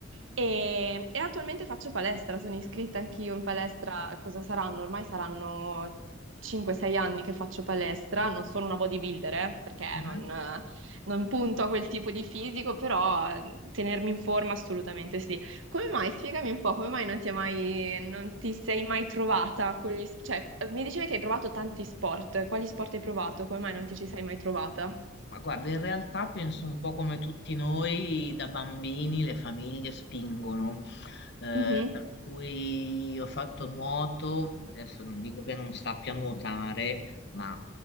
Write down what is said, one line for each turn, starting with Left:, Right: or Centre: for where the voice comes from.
Right: E, e attualmente faccio palestra, sono iscritta anch'io in palestra. Cosa saranno? Ormai saranno 5-6 anni che faccio palestra, non sono una bodybuilder, eh, perché
Left: Mhm.
Right: non, <laughs> non punto a quel tipo di fisico, però eh, tenermi in forma assolutamente sì. Come mai? Spiegami un po', come mai non ti, è mai, non ti sei mai trovata con gli... Cioè, mi dicevi che hai provato tanti sport, quali sport hai provato? Come mai non ti ci sei mai trovata?
Left: Ma guarda, in realtà penso un po' come tutti noi, da bambini le famiglie spingono, eh,
Right: Mhm.
Left: per cui io ho fatto nuoto, adesso non dico che non sappia nuotare, ma